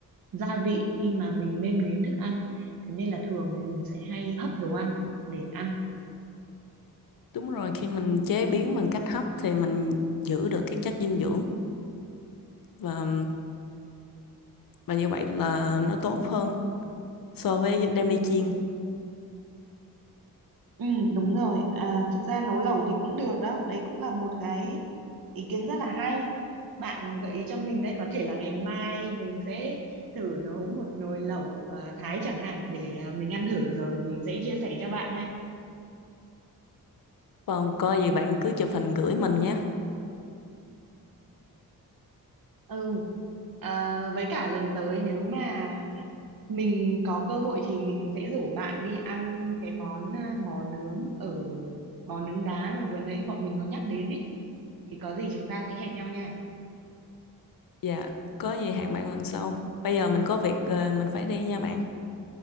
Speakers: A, on the right (about 70°); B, on the left (about 65°).
A: gia vị khi mà mình nêm nếm thức ăn. Thế nên là thường thì mình sẽ hay hấp đồ ăn để ăn.
B: đúng rồi khi mình chế biến bằng cách hấp thì mình giữ được các chất dinh dưỡng và và như vậy là nó tốt hơn so với đem đi chiên.
A: Ừ, đúng rồi. À, thực ra nấu lẩu thì cũng được đó. Đấy cũng là một cái ý kiến rất là hay. Bạn gợi ý cho mình đấy, có thể là ngày mai mình sẽ thử nấu một nồi lẩu à, Thái chẳng hạn để à, mình ăn thử rồi mình sẽ chia sẻ cho bạn ha.
B: Còn có gì bạn cứ chụp hình gửi mình nhé.
A: Ừ, à, với cả lần tới nếu mà mình có cơ hội thì mình sẽ rủ bạn đi ăn cái món à, bò nướng ở bò nướng đá mà vừa nãy bọn mình có nhắc đến ấy. Thì có gì chúng ta sẽ hẹn nhau nha.
B: Dạ, có gì hẹn bạn lần sau. Bây giờ mình có việc ờ, mình phải đi nha bạn.